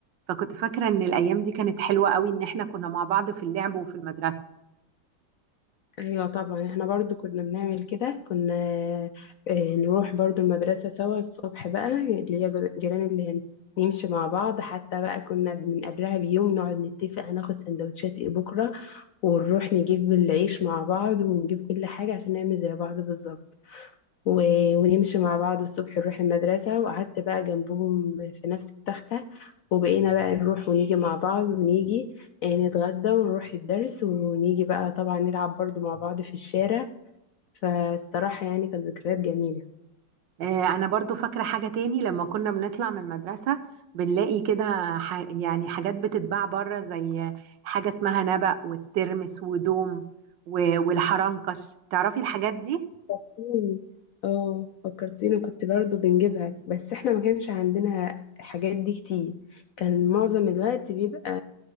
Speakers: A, on the right; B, on the left.
A: فكنت فاكرة إن الأيام دي كانت حلوة قوي إن إحنا كنا مع بعض في اللعب وفي المدرسة
B: أيوة طبعا احنا برضو كنا بنعمل كده كنا آه، نروح برضو المدرسة سوا الصبح بقى اللي هي جر- جيران اللي هنا نمشي مع بعض حتى بقى كنا من قبلها بيوم نقعد نتفق هناخد سندوتشات ايه بكرة ونروح نجيب العيش مع بعض ونجيب كل حاجة عشان نعمل زي بعض بالظبط و... ونمشي مع بعض الصبح نروح المدرسة وقعدت بقى جنبهم في نفس التختة وبقينا بقى نروح ونيجي مع بعض ونيجي آه، نتغدى ونروح الدرس ونيجي بقى طبعا نلعب برضو مع بعض في الشارع فالصراحة يعني كانت ذكريات جميلة
A: آه، أنا برضو فاكرة حاجة تاني لما كنا بنطلع من المدرسة بنلاقي كده ح... يعني حاجات بتتباع بره زي حاجة اسمها نبق والترمس ودوم و... والحرنكش تعرفي الحاجات دي؟
B: فكرتيني اه فكرتيني كنت برضو بنجيبها بس احنا ما كانش عندنا الحاجات دي كتير كان معظم الوقت بيبقى